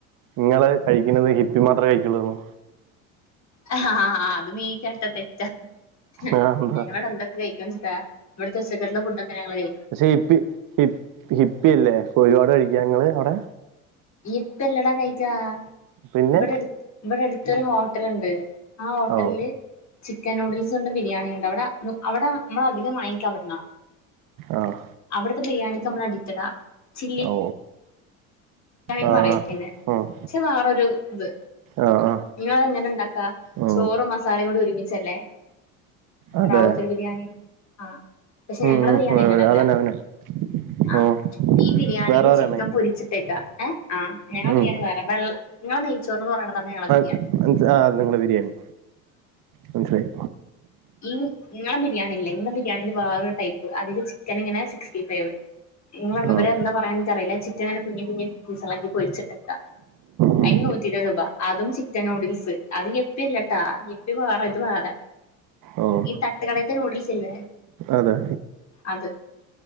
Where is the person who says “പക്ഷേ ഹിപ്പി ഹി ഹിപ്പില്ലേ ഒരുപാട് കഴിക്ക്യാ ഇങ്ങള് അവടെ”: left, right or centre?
Right